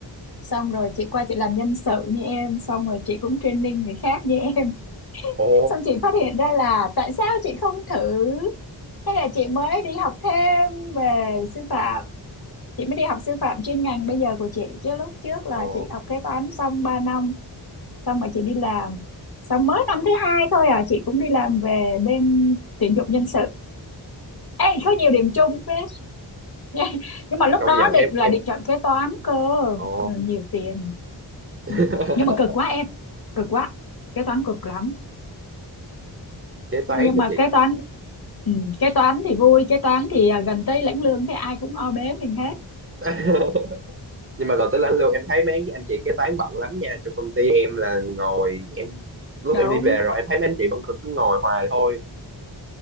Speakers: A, on the left; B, on the right.
A: xong rồi chị qua chị làm nhân sự như em xong rồi chị cũng training người khác như em
B: ồ
A: xong chị phát hiện ra là tại sao chị không thử thế là chị mới đi học thêm về sư phạm chị mới đi học sư phạm chuyên ngành bây giờ của chị chứ lúc trước là
B: ồ
A: chị học kế toán xong 3 năm xong rồi chị đi làm xong mới năm thứ hai thôi à chị cũng đi làm về bên tuyển dụng nhân sự ê có nhiều điểm chung phết nha nhưng mà lúc
B: công
A: đó
B: nhận
A: định
B: em
A: là
B: em
A: định chọn kế toán cơ
B: Ồ,
A: Ừ, nhiều tiền
B: <laughs>
A: Ừ. nhưng mà cực quá em cực quá kế toán cực lắm
B: kế
A: nhưng
B: toán hả
A: mà
B: chị?
A: kế toán ừ, kế toán thì vui kế toán thì à, gần tới lãnh lương thế ai cũng o bế mình hết
B: <laughs> Nhưng mà còn tới lãnh lương em thấy mấy anh chị kế toán bận lắm nha. Trong công ty em là ngồi em lúc
A: đúng
B: em đi về rồi em thấy mấy anh chị vẫn cứ cứ ngồi hoài thôi.